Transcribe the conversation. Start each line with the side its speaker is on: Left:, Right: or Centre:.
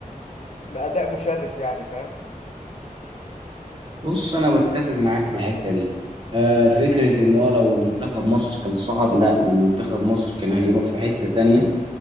Left: بأداء مشرف يعني فاهم
Right: بص انا بتفق معاك في الحته دي آه فكره ان هو لو منتخب مصر كان صعد لا منتخب مصر كان هيروح في حته تانية